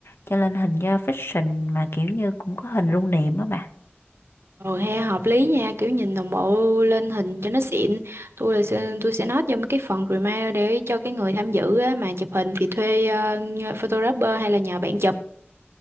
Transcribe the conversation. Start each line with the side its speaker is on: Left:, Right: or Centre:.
Left: cho lên hình cho fashion mà kiểu như cũng có hình lưu niệm á bà
Right: rồi he hợp lý nha kiểu nhìn đồng bộ lên hình cho nó xịn tôi là sẽ, tôi sẽ note vô mấy cái phần reminder để cho cái người tham dự á, mà chụp hình thì thuê à, nhờ photographer hay là nhờ bạn chụp